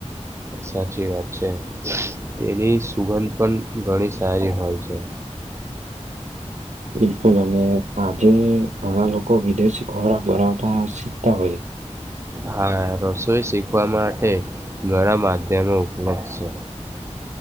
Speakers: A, on the right (about 25°); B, on the right (about 80°).
A: સાચી, વાત છે. તેની સુગંધ પણ ઘણી સારી હોય, છે.
B: બિલકુલ, અને આજે ઘણા લોકો વિદેશી ખોરાક બનાવતા શીખતા હોય
A: હા, રસોઈ શીખવા માટે મારા માધ્યમે ઉપલબ્ધ છે.